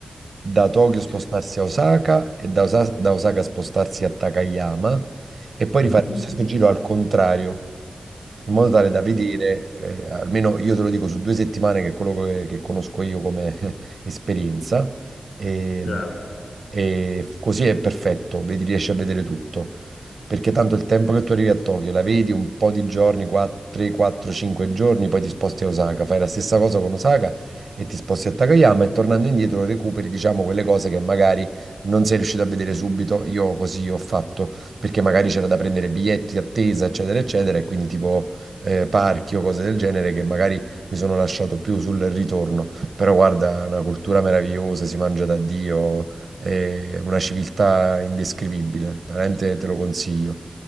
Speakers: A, on the right; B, on the left.
A: da Tokyo spostarsi
B: sì.
A: a Osaka e da Osa- da Osaka, spostarsi a Takayama e poi
B: Mhm.
A: rifare lo stesso giro al contrario, in modo tale da vedere, eh, almeno io te lo dico su due settimane, che è quello che, che conosco io come <laughs> esperienza, e,
B: Certo.
A: e così è perfetto, vedi, riesci a vedere tutto perché tanto il tempo che tu arrivi a Tokyo la vedi un po' di giorni, 3, 4, 5 giorni, poi ti sposti a Osaka, fai la stessa cosa con Osaka e ti sposti a Takayama e tornando indietro recuperi, diciamo, quelle cose che magari non sei riuscito a vedere subito. Io così ho fatto, perché magari c'era da prendere biglietti, attesa, eccetera, eccetera, e quindi tipo eh, parchi o cose del genere che magari mi sono lasciato più sul ritorno. Però guarda, è una cultura meravigliosa, si mangia da Dio, è una civiltà indescrivibile, veramente te lo consiglio.